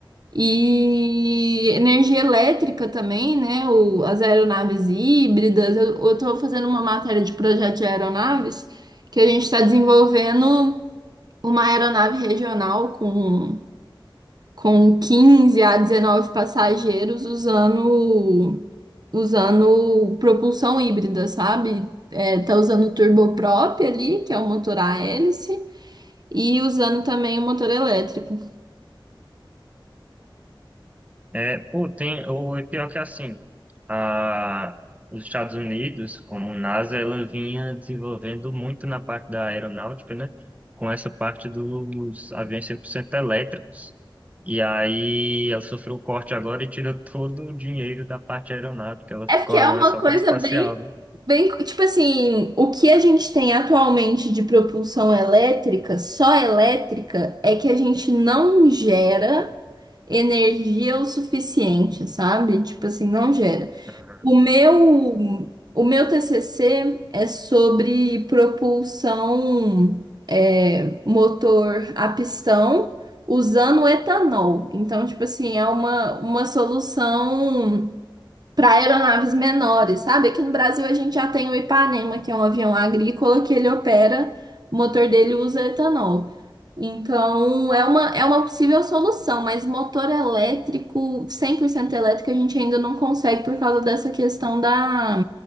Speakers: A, on the right; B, on the right.
A: E energia elétrica também, né? O, as aeronaves híbridas. Eu, estou fazendo uma matéria de projeto de aeronaves que a gente está desenvolvendo uma aeronave regional com, com 15 a 19 passageiros usando, usando propulsão híbrida, sabe? É, tá usando turboprop ali, que é o motor a hélice, e usando também o motor elétrico.
B: É, pô, tem, o pior que é assim, a, os Estados Unidos, como NASA, ela vinha desenvolvendo muito na parte da aeronáutica, né? Com essa parte dos aviões 100% elétricos. E aí ela sofreu o corte agora e tirou todo o dinheiro da parte aeronáutica. Ela
A: É
B: ficou
A: porque é
B: agora
A: uma
B: só
A: coisa
B: com a espacial,
A: bem
B: né?
A: Bem, tipo assim, o que a gente tem atualmente de propulsão elétrica, só elétrica, é que a gente não gera energia o suficiente, sabe? Tipo assim, não gera.
B: Ah,
A: O meu, o meu TCC é sobre propulsão, é, motor a pistão usando etanol. Então, tipo assim, é uma, uma solução para aeronaves menores, sabe? Aqui no Brasil a gente já tem o Ipanema, que é um avião agrícola que ele opera, o motor dele usa etanol. Então, é uma, é uma possível solução, mas motor elétrico, 100% elétrico, a gente ainda não consegue por causa dessa questão da,